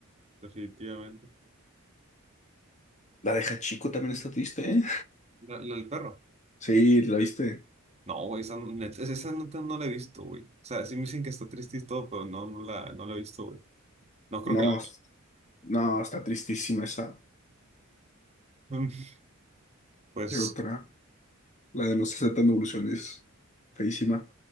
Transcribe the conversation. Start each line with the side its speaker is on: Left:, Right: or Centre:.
Right: definitivamente.
Left: La de Hachiko también está triste, ¿eh?
Right: ¿La, la del perro?
Left: Sí, ¿la viste?
Right: No, güey, esa, net- esa neta no la he visto, güey. O sea, sí me dicen que está triste y todo, pero no, no la, no la he visto, güey. No creo
Left: No,
Right: que la...
Left: no, está tristísima esa.
Right: <laughs> Pues,
Left: ¿Qué otra? La de los 60 en evolución feísima,